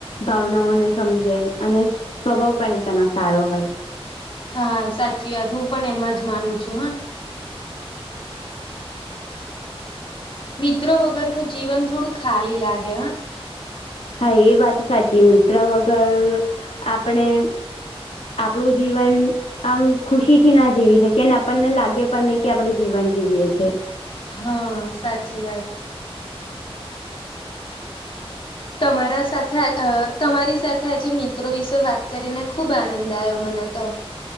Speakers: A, on the left (about 85°); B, on the left (about 55°).
A: ભાવનાઓને સમજે અને સ્વભાવ પણ તેનો સારો હોય.
B: હા, સાચી વાત હું પણ એમાં જ માનું છું હ. મિત્રો વગરનું જીવન થોડું ખાલી લાગે હ.
A: હા, એ વાત સાચી મિત્ર વગર આપણે આપણું જીવન આમ ખુશી થી ના જીવી શકીએ આપનને લાગે પણ નહી કે આપડે જીવન જીવીએ છે.
B: હા, સાચી વાત. તમારા સાથે અહ તમારી સાથે આજે મિત્રો વિશે વાત કરીને ખુબ આનંદ આવ્યો મને તો.